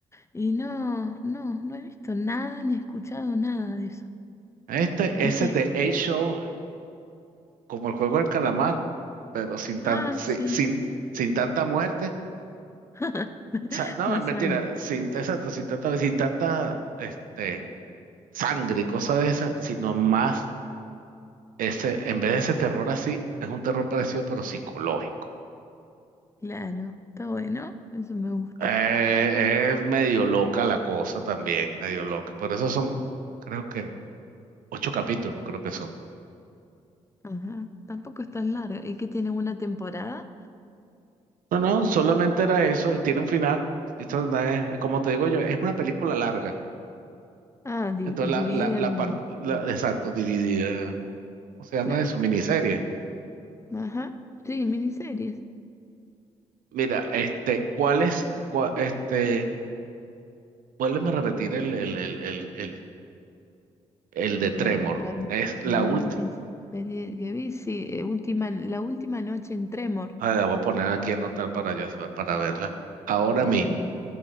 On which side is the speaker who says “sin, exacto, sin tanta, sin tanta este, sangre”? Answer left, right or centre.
Right